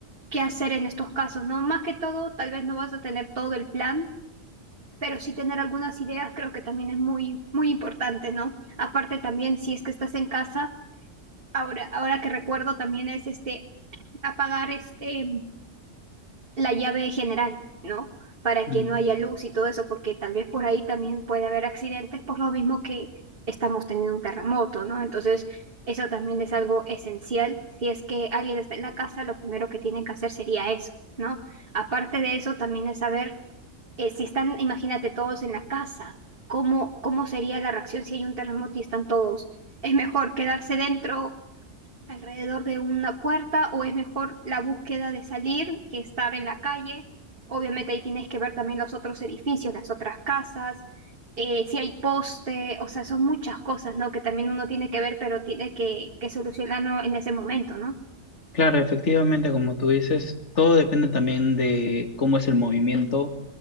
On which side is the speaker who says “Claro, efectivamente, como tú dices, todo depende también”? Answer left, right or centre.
Left